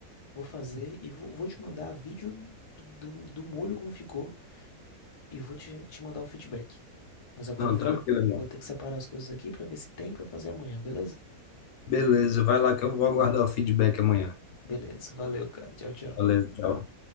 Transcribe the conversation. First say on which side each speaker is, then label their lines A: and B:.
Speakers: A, on the left; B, on the left.
A: Vou fazer e vou, vou te mandar vídeo do, do, do molho como ficou e vou te, te mandar o feedback. Mas agora
B: Não,
A: eu vou,
B: tranquilo, não.
A: vou ter que separar as coisas aqui pra ver se tem pra fazer amanhã, beleza?
B: Beleza, vai lá que eu vou aguardar o feedback amanhã.
A: Beleza, valeu, cara. Tchau, tchau.
B: Valeu, tchau.